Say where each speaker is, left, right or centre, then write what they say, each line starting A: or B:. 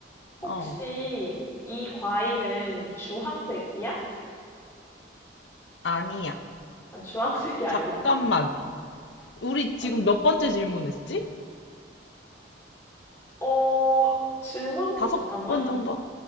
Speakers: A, on the left; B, on the left.
A: 혹시
B: 어,
A: 이 과일은 주황색이야?
B: 아니야.
A: 아, 주황색이 아니야?
B: 잠깐만. 우리 지금
A: 어,
B: 몇 번째 질문했지?
A: 어, 질문
B: 다섯
A: 잠깐만.
B: 번 정도?